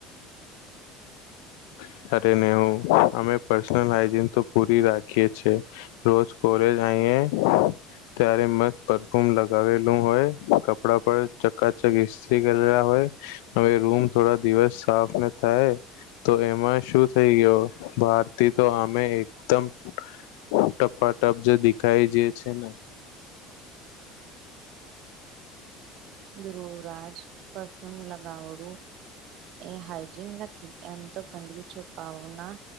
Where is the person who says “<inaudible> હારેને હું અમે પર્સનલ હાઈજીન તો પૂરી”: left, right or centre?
Left